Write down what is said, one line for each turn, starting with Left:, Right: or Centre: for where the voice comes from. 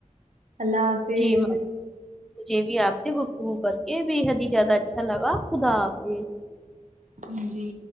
Right: اللہ حافظ
Centre: جی مجھے بھی آپ سے گفتگو کر کے بے حد ہی زیادہ اچھا لگا خدا حافظ
Right: جی